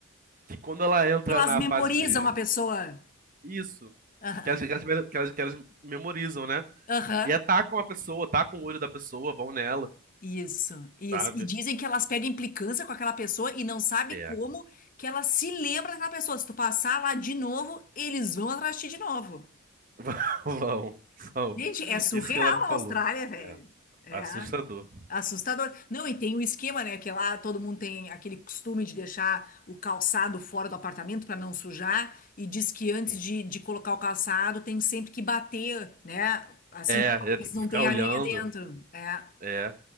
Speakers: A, on the right; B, on the left.
A: que quando ela entra
B: Elas
A: na
B: memorizam
A: fase de
B: a pessoa.
A: isso,
B: Aham.
A: que elas, que elas, que elas, que elas memorizam, né?
B: Aham.
A: E atacam a pessoa, atacam o olho da pessoa, vão nela,
B: Isso, isso.
A: sabe?
B: E dizem que elas pegam implicância com aquela pessoa e não sabe
A: É,
B: como que ela se lembra daquela pessoa. Se tu passar lá de novo, eles vão atrás de ti de novo.
A: <laughs> Vão, vão.
B: Gente, é surreal
A: Isso que ela me
B: a
A: falou.
B: Austrália, velho.
A: É,
B: É
A: assustador.
B: assustador. Não, e tem o esquema, né? Que é lá todo mundo tem aquele costume de deixar o calçado fora do apartamento para não sujar. E diz que antes
A: Sim.
B: de, de colocar o calçado tem sempre que bater, né? Assim,
A: É,
B: pra
A: é,
B: ver
A: tem
B: se
A: que
B: não
A: ficar
B: tem
A: olhando.
B: aranha dentro. É.
A: É,